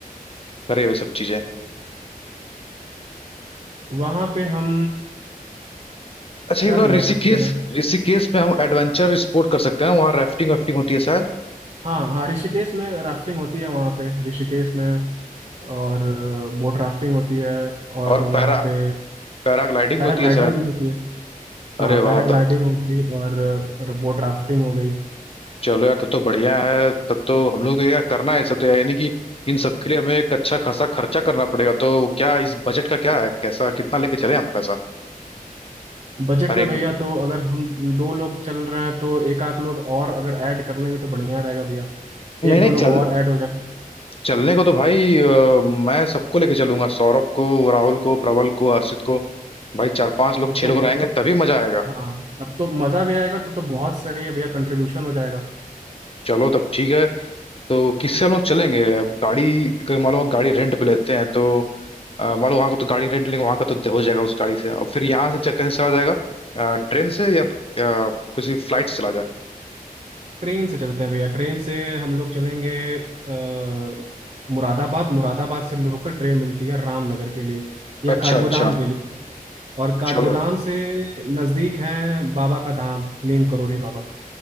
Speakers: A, on the left (about 40°); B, on the right (about 45°).
A: करे वे सब चीजें
B: वहाँ पे हम
A: अच्छा
B: क्या
A: ये बताओ
B: ले
A: ऋषिकेश
B: जा सकते हैं
A: ऋषिकेश में हम एडवेंचर स्पोर्ट कर सकते हैं वहाँ राफ्टिंग वाफ्टिंग होती है शायद
B: हाँ हाँ ऋषिकेश में राफ्टिंग होती है वहाँ पे ऋषिकेश में और बोट राफ्टिंग होती है और
A: और
B: वहाँ
A: पैरा
B: पे
A: पैराग्लाइडिंग
B: पैराग्लाइडिंग
A: भी होती है शायद
B: भी होती है
A: अरे
B: हाँ पैराग्लाइडिंग
A: वाह तब
B: हो गई और बोट राफ्टिंग हो गई
A: चलो यार तब तो बढ़िया है तब तो हम लोग तो यार करना है ये सब तो यार, यानी कि इन सब के लिए हमें एक अच्छा खासा खर्चा करना पड़ेगा तो क्या इस बजट का क्या है कैसा कितना लेके चले हम पैसा
B: बजट
A: हर
B: में
A: एक
B: भैया तो अगर हम दो लोग चल रहे हैं तो एक आध लोग और अगर ऐड कर लेंगे तो बढ़िया रहेगा भैया
A: नहीं
B: एक
A: नहीं
B: दो लोग
A: चल
B: और ऐड हो जाए
A: चलने को तो भाई अ, मैं सबको लेके चलूंगा सौरभ को राहुल को प्रबल को हर्षित को भाई चार पांच लोग
B: तब
A: छह
B: तो
A: लोग रहेंगे तभी मजा आएगा
B: हाँ तब तो मज़ा भी आएगा तब तो बहुत सही है भैया कंट्रीब्यूशन हो जाएगा
A: चलो तब ठीक है तो किससे हम लोग चलेंगे अब गाड़ी अगर मान लो हम गाड़ी रेंट पे लेते हैं तो अ, मान लो वहाँ का तो गाड़ी रेंट लेंगे वहाँ का तो हो जाएगा उस गाड़ी से और फिर यहाँ से च- कैसे चला जाएगा ट्रेन से या अ, किसी फ्लाइट से चला जाए
B: ट्रेन से चलते हैं भैया ट्रेन से हम लोग चलेंगे अ, मुरादाबाद मुरादाबाद से लोकल ट्रेन मिलती है रामनगर के लिए या
A: अच्छा
B: काठगोदाम
A: अच्छा
B: के लिए और काठगोदाम
A: चलो
B: से नज़दीक है बाबा का धाम नीम करोली बाबा